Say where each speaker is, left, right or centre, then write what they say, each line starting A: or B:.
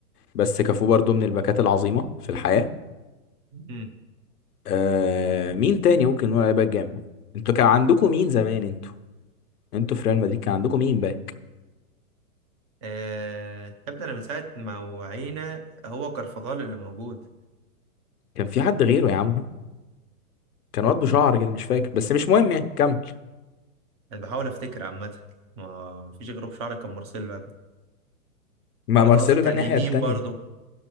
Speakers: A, on the left; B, on the right.
A: بس كافو برضو من الباكات العظيمة في الحياة
B: مم.
A: آه مين تاني ممكن نقول عليه باك جامد انتوا كان عندكم مين زمان انتوا انتوا في ريال مدريد كان عندكم مين باك
B: آه... يا ابني أنا من ساعة ما وعينا هو كرفغال اللي موجود
A: كان في حد غيره يا عم كان واد بشعر كده مش فاكر بس مش مهم يعني كمل
B: أنا بحاول أفتكر عامة ما فيش غيره بشعر كان مارسيلو يا ابني
A: ما
B: وأنا
A: مارسيلو
B: أنت قصدك كان
A: ده الناحية
B: يمين
A: التانية
B: برضو